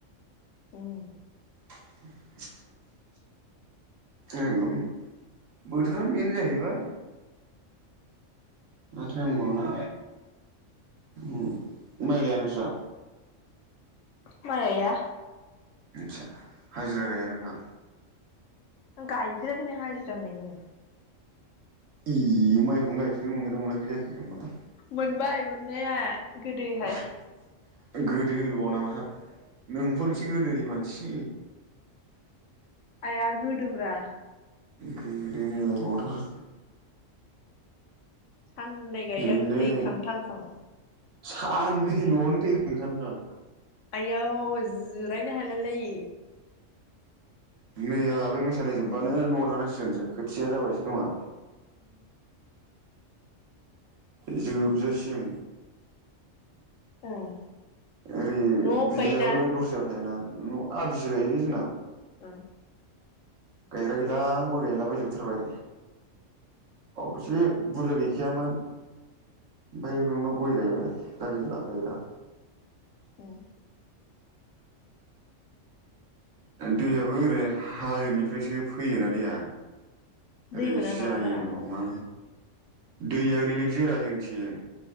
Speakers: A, on the left; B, on the right.
A: ओं
B: <unintelligible> एकदम बोथोरानो बेनो जाहैबाय माथो होनबावनो ओम माइ गाइया नोस्रा
A: माइ गाइया
B: बिदिसो हाजिरा गाइया नोंहा
A: गाइफेरा हाजिरा होननायखौनो
B: इ माइखौनो गाइफेरनो मोनगोन ना मोनाखै जाखो होनबा
A: मोनबाय मोननाया गोदोहाय
B: <unintelligible> गोदो होनबावो नामा नोंफोरखि गोदोनि मानसि
A: आया गोदो ब्रा
B: गोदोनि होनलाय बावथार
A: साननै गायदों
B: जोंलै
A: थैखां थांखां
B: साननैलआवनो थैखां थांखां
A: आइयौ जिरायनो हालायलायि
B: नै आंहा बे मोसानाय जोब्बानो नआव थांनांसिगोनसो खोथिया जाबायसो खोमा
A: <unintelligible>
B: जोबजासिम
A: ओं
B: ओरै
A: न'आव
B: बिदैयाबो
A: बायोना
B: दस्रायाव थायोना न आदिसो गायोलै जोंना
A: <inaudible>
B: गायग्रा गैला आं गय गायलाबायजोब थारबाय। अभिशेक बुरजा गैखायामोन ओमफाय बेयावनो गय गायबाय दा गैला गायग्रा
A: ओं
B: दैयाबो ओरै हाजोनिफ्रायसो फैयोना दैया
A: दै
B: ओरै
A: मोना
B: जियानिलङा
A: नामा बारा
B: दैया ओरैबायदि जोरा जोंथिं